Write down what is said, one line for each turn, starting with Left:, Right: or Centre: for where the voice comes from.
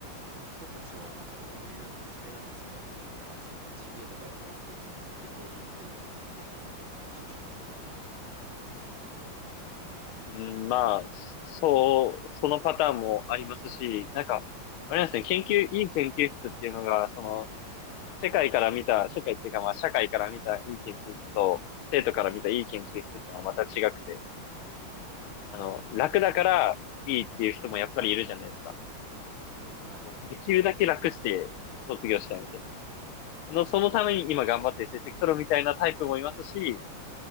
Right: 人たちはなんかどういうモチベなんですかやっぱなんかそ GPA 高い方がいい研究室行けていい研究室行けるってことは就職先もいいみたいなってことなんですか
Left: うん、まあ、そう、そのパターンもありますし、なんか、あれなんですね、研究、いい研究室っていうのが、その、世界から見た、世界っていうかまあ、社会から見たいい研究室と、生徒から見たいい研究室ってのはまた違くて、
Right: はい
Left: あの、楽だからいいっていう人もやっぱりいるじゃないですか。
Right: あ今はいはいはいわかります
Left: もうできるだけ楽して卒業したいみたい
Right: はい
Left: な。の、そのために今頑張って成績取るみたいなタイプもいますし、